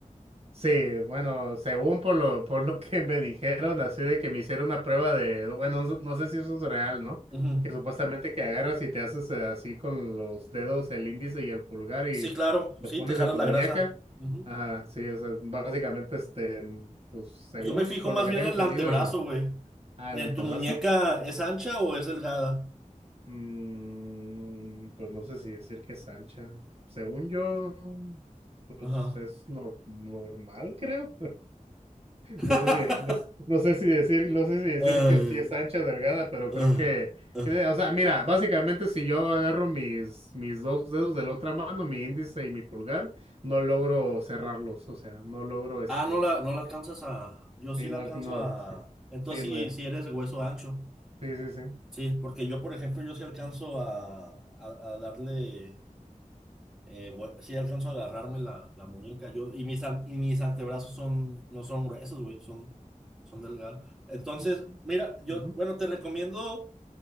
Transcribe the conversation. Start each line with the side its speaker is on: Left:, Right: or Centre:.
Right: Sí, bueno, según por lo, por lo que me dijeron, así de que me hicieron una prueba de, bueno, no, no sé si eso es real, ¿no?
Centre: Ujú.
Right: Que supuestamente que agarras y te haces eh, así con los dedos, el índice y el pulgar y
Centre: Sí, claro,
Right: los
Centre: sí,
Right: pones
Centre: te jalas
Right: en tu
Centre: la
Right: muñeca.
Centre: grasa. Ujú.
Right: Ajá, sí, o sea, básicamente, este, pues según
Centre: Yo me fijo
Right: por
Centre: más
Right: lo que
Centre: bien
Right: tengo
Centre: en
Right: entendido
Centre: el antebrazo,
Right: yo.
Centre: güey.
Right: Ah,
Centre: ¿En
Right: el antebrazo.
Centre: tu muñeca es ancha o es delgada?
Right: Mm, pues no sé si decir que es ancha. Según yo, pues
Centre: Ajá.
Right: es nor- normal, creo.
Centre: <laughs>
Right: No sé si, no, no sé si decir, no sé si decir
Centre: Eh,
Right: que sí es ancha o delgada, pero
Centre: eh,
Right: creo que,
Centre: eh.
Right: que- o sea, mira, básicamente si yo agarro mis, mis dos dedos de la otra mano, mi índice y mi pulgar, no logro cerrarlos, o sea, no logro este,
Centre: Ah, no la, no la alcanzas a. Yo sí
Right: sí,
Centre: la
Right: no,
Centre: alcanzo
Right: no,
Centre: a.
Right: sí,
Centre: Entonces
Right: sí,
Centre: sí,
Right: no, ya,
Centre: sí eres de hueso ancho.
Right: sí, sí, sí.
Centre: Sí, porque yo, por ejemplo, yo sí alcanzo a, a, a darle. Eh, hue- sí alcanzo a agarrarme la, la muñeca. Yo, y mis, an- y mis antebrazos son, no son gruesos, güey, son, son delgados. Entonces,
Right: Mm,
Centre: mira, yo,
Right: ujú,
Centre: bueno, te recomiendo.